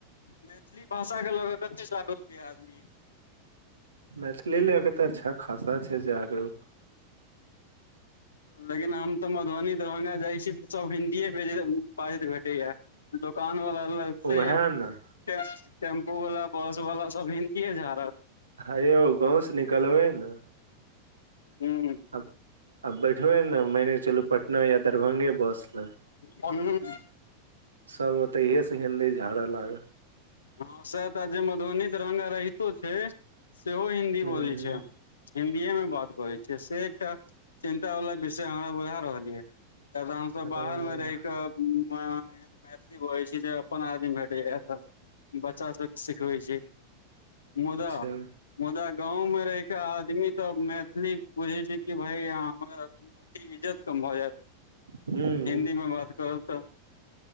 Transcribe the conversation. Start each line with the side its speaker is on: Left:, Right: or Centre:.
Left: मैथिली भाषाके लऽ कऽ कतेक जागरूक य आदमी।
Right: मैथिली लए के तऽ अच्छा खासा छै जागरूक।
Left: लेकिन हम तऽ मधुबनी, दरभंगा जाइत छी तऽ सभ हिन्दीए बाजैत भेटैएा। दुकान वाला अलग। से
Right: ओएह ने
Left: टेम्पू वाला बस वला सब हिंदिये झारत।
Right: हे यौ गाँव से निकलबै ने
Left: हूं।
Right: अब- आब बैठबै ने मने चलू पटना या दरभ्ंगे बस लऽ।
Left: ओन <inaudible>
Right: सब ओतेहे से हिंन्दी झाड़े लागत।
Left: हँ सैह तऽ, जे मधुबनी दरभंगा रहितो छै, सेहो हिन्दी
Right: हम्म,
Left: बोजैत छै। हिन्दीए में बात करै छै, से एकटा चिन्ता बला विषय हमरा बुझा रहल यऽ। किया तऽ हम-सब
Right: हाँ,
Left: बाहर मे रहिके मै-मैथिली बजै छी, जे अपन आदमी भेटैया एतऽ। बच्चा सबके सिखबै छै मुदा
Right: अच्छा
Left: मुदा गाँवमें रहिकेऽ आदमी तऽ मैथिली बुझै छै कि भय हमरा अथी इज्जत कम भऽ जायत
Right: हूँ
Left: हिन्दी मे बात करू तऽ,